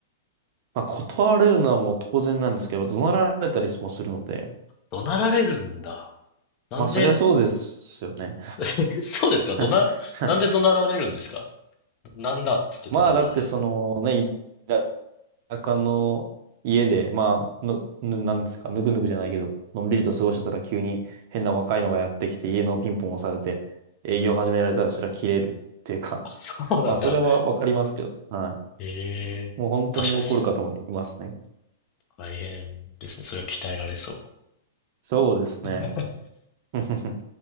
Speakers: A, on the right; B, on the left.
A: まあ、断られるのはもう当然なんですけど、怒鳴られたりもするので、
B: 怒鳴られるんだ。なんで、
A: まあ、そりゃそうですよね。
B: えそうですか怒鳴、
A: <laughs>
B: なんで怒鳴られるんですかなんだっつって怒鳴られる。
A: まあ、だって、そのね、田舎の家で、まあ、の、ぬなんですか、ぬくぬくじゃないけど、のんびりと過ごしてたら急に変な若いのがやってきて、家のピンポン押されて、営業始められたら、
B: うん
A: そりゃ切れるっていうか、
B: あそうなんだ。
A: <laughs> まあ、それはわかりますけど、は
B: ええ確かです。
A: い。もう本当に怒る方もいますね。
B: 大変ですね。それは鍛えられそ
A: そうですね。
B: う。<laughs>
A: <laughs>